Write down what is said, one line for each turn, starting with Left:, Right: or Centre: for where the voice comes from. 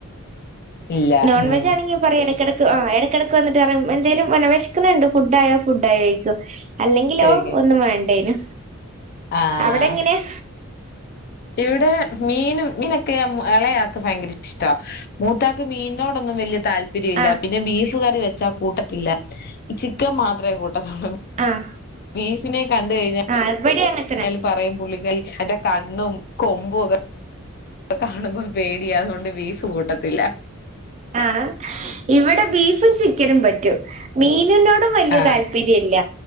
Left: ഇല്ല
Right: നോൺ
Left: ഉം
Right: വെജാണെങ്കി പറയും എടക്കെട ക്ക് ആഹ് എടക്കെടക്ക് വന്ന്ട്ട് പറയും എന്തേലും വന്നെ വെശ്ക്ക്ണ്ണ്ണ്ട് ഫുഡായോ ഫുഡായോയ്ക്കും. അല്ലെങ്കിലോ
Left: ശരി
Right: ഒന്നും വേണ്ടേനും.
Left: ആഹ്.
Right: അവിടെ എങ്ങനെയാ
Left: ഇവിടെ മീനും മീനൊക്കെ എം എളയാക്ക് ഭയങ്കരിഷ്ടാ. മൂത്താക്ക് മീൻന്നോടൊന്നും വെല്ല്യേ താല് പ്പര്യല്ലാ
Right: ആ
Left: പിന്നെ ബീഫ് കറി വെച്ചാ കൂട്ടത്തില്ല. ചിക്കൻ മാത്രേ കൂട്ടത്തൊള്ളൂ.
Right: ആഹ്.
Left: ബീഫിനെ കണ്ട് കഴിഞ്ഞാ
Right: ആഹ് ഇവടേം അങ്ങൻ
Left: അയ്ല് പറയും പുള്ളിക്കൽ അയ്ന്റെ കണ്ണും കൊമ്പൊക്കെ കാണുമ്പോ പേടിയാ അതുകൊണ്ട് ബീഫ് കൂട്ടത്തില്ല
Right: ആഹ് ഇവടെ ബീഫ് ഫും ചിക്കനും പറ്റും മീനിനോടും വെല്ല്യ
Left: ആഹ്
Right: താൽ പ്പര്യല്ല.